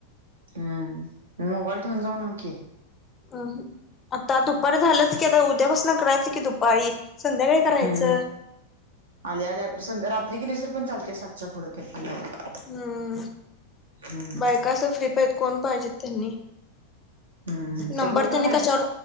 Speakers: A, on the right; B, on the left.
A: हम्म म मोबाईल ठेवून जाऊ ना की
B: हा आता दुपार झालंच की आता उद्यापासन करायचं कि दुपारी संध्याकाळी करायचं.
A: हम्म आल्या आल्या सं रात्री केलीस तर पण चालते सातच्या पुढ आल्यावर
B: हम्म
A: हम्म
B: बायका असं फ्री पाहिजेत कोण पाहिजेत त्यांनी
A: हम्म
B: नंबर
A: त्या ग्रुपला
B: त्यांनी
A: मेसेज
B: कशावर